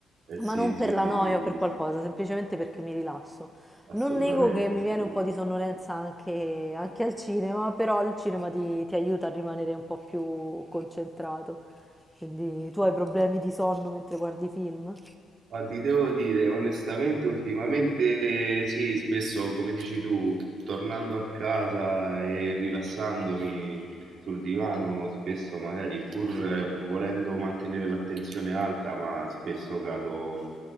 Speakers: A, on the right; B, in the centre.
A: Eh
B: ma
A: sì,
B: non per
A: sì,
B: la
A: sì,
B: noia
A: ti capisco,
B: o per qualcosa, semplicemente perché mi rilasso.
A: assolutamente,
B: Non nego che mi
A: assolutamente.
B: viene un po' di sonnolenza anche, anche al cinema, però il cinema ti, ti aiuta a rimanere un po' più concentrato. Quindi tu hai problemi di sonno mentre guardi film?
A: Ma ti devo dire, onestamente, ultimamente sì, spesso, come dici tu, tornando a casa e rilassandomi sul divano, spesso magari pur eh, volendo mantenere l'attenzione alta, ma spesso cado